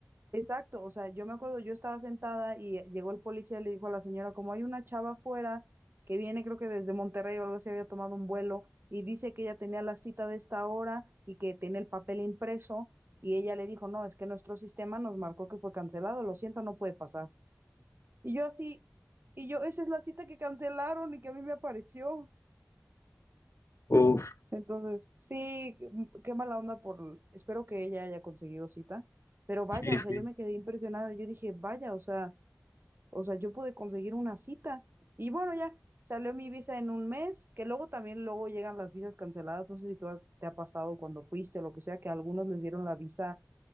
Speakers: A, on the right (about 50°); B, on the left (about 75°).
A: Exacto, o sea, yo me acuerdo, yo estaba sentada y eh, llegó el policía y le dijo a la señora, como hay una chava afuera que viene creo que desde Monterrey o algo así, había tomado un vuelo y dice que ella tenía la cita de esta hora y que tiene el papel impreso y ella le dijo, no, es que nuestro sistema nos marcó que fue cancelado, lo siento, no puede pasar. Y yo así, y yo, esa es la cita que cancelaron y que a mí me apareció.
B: Uf,
A: Entonces, sí, qué qué mala onda por, espero que ella haya conseguido cita, pero vaya,
B: sí,
A: o
B: sí.
A: sea, yo me quedé impresionada, yo dije, vaya, o sea O sea, yo pude conseguir una cita. Y bueno, ya salió mi visa en un mes, que luego también luego llegan las visas canceladas. No sé si tú has- te ha pasado cuando fuiste o lo que sea, que a algunos les dieron la visa